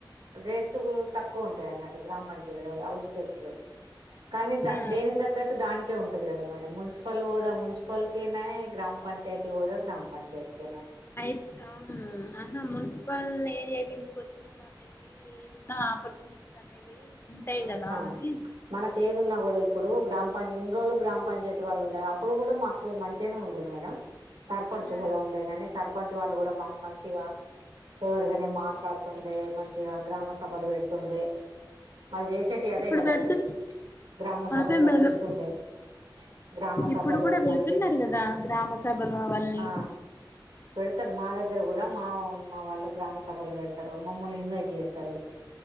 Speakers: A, on the right; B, on the left.
A: రేట్స్ ఆ తక్కువ ఉంటాయి అన్నట్టు గ్రామ పంచాయతీ లెవల్ హౌస్ డెక్స్లు కానీ ద
B: ఆ
A: దేనికి తగ్గట్టు దానికే ఉం ఉంటది కదా మేడం మున్సిపల్ హోదా మున్సిపల్ కేనాయె గ్రామ పంచయతీ హోదా గ్రామ్ పంచాయతి కేనాయే
B: అయిత్ ఆ అహ మున్సిపల్ ఏరియా కిందుకు వచ్చిన వాళ్ళకి ఏదున్నా ఆపర్చునిటీస్ అనేవి ఉంటాయి
A: ఆ
B: కదా
A: ఆ
B: అని
A: మన కెదున్న కూడా ఇప్ ఇప్పుడు గ్రామ పంచయత్ ఎన్ని రోజులు గ్రామ పంచాయతి వాళ్ళు ఉండే అప్పుడు కూడా మాకు మంచిగానే ఉండే మేడం సర్పంచ్
B: ఉమ్,
A: హోదా ఉండే ననే సర్పంచ్ వాళ్ళు కూడా మాకు మంచిగా ఫెవరగానే మాట్లాడుతుండే మంచిగా గ్రామ సభలు పెడుతుండే వాళ్ళు చేసేటివి అదే
B: ఇప్పుడు
A: కదాండి
B: పెడుతు
A: గ్రామ సభలు
B: అదే
A: జరిపిస్తుండే
B: మేడం
A: గ్రామ సభలు
B: ఇప్పుడు కూడా పెడుతున్నారు
A: మళ్ళీ
B: కదా గ్రామ సభలు అవన్నీ
A: ఆ పెడతారు మాద దగ్గర కూడా మా మా వాళ్ళు గ్రామ సభలు పెడతారు మమ్మల్ని ఇన్వైట్ చేస్తారు